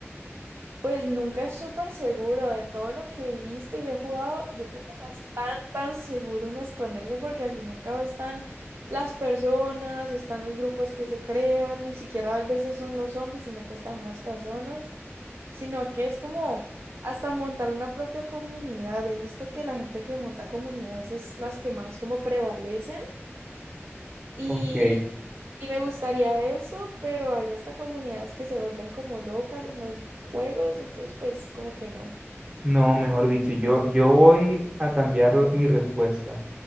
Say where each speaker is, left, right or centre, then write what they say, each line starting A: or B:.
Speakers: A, on the right; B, on the right.
A: Pues nunca es súper seguro de todo lo que he visto y he jugado. Yo creo que no es tan, tan seguro uno esconderse porque al fin y al cabo están las personas, están los grupos que se crean, ni siquiera a veces son los zombies, sino pues también las personas, sino que es como hasta montar una propia comunidad. He visto que la gente que monta comunidades es las que más como prevalecen. Y,
B: Ok,
A: y me gustaría eso, pero hay hasta comunidades que se vuelven como locas en los juegos, entonces pues como que no.
B: no, mejor dicho, yo, yo voy a cambiar la- mi respuesta.